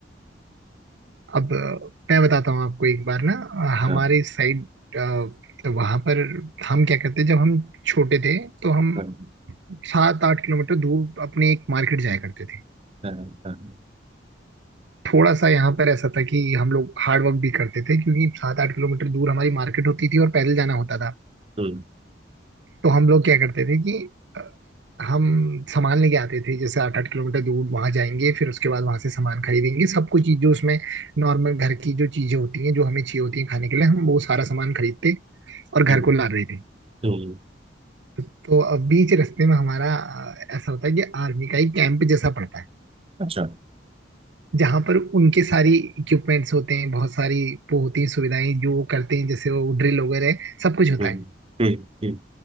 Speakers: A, on the right; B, on the right.
A: अब अ, मैं बताता हूँ आपको एक बार ना अ, हमारे
B: हाँ
A: साइड वहां पर हम क्या करते जब हम छोटे थे तो हम
B: हाँ
A: सात आठ किलोमीटर दूर अपने एक मार्केट जाया करते थे
B: हाँ हाँ,
A: थोड़ा सा यहाँ पर ऐसा था कि हम लोग हार्ड वर्क भी करते थे क्योंकि सात आठ किलोमीटर दूर हमारी मार्केट होती थी और पैदल जाना होता था
B: हम्म
A: तो हम लोग क्या करते थे कि अ, हम सामान लेके आते थे जैसे आठ आठ किलोमीटर दूर वहां जाएंगे फिर उसके बाद वहां से सामान खरीदेंगे सब कुछ चीज जो उसमें नॉर्मल घर की जो चीजें होती हैं जो हमें चाहिए होती हैं खाने के लिए हम वो सारा सामान खरीदते और घर
B: हम्म
A: को ला रहे थे
B: हम्म
A: तो अब बीच रास्ते में हमारा अ, ऐसा होता है कि आर्मी का एक कैंप जैसा पड़ता है
B: अच्छा
A: जहाँ पर उनके सारी इक्विपमेंट्स होते हैं बहुत सारी वो होती हैं सुविधाएं जो वो करते हैं जैसे वो ड्रिल वगैरह सब कुछ होता
B: हम्म
A: है
B: हम्म हम्म